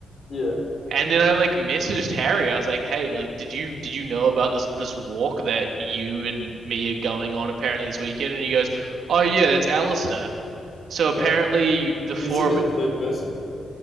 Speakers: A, on the left; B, on the right.
A: Yeah.
B: and then I like messaged Harry. I was like, "Hey, like, did you did you know about this this walk that you and me are going on apparently this weekend?" And he goes, "Oh yeah, that's Alistair." So apparently
A: Oh,
B: the four
A: you seen it
B: of
A: in
B: it,
A: third person.